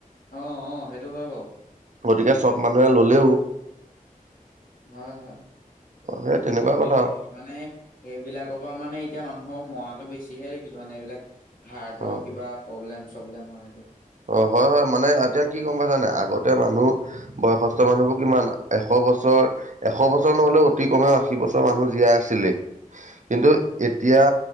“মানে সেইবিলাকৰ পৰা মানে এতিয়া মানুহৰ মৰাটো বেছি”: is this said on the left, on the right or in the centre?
Left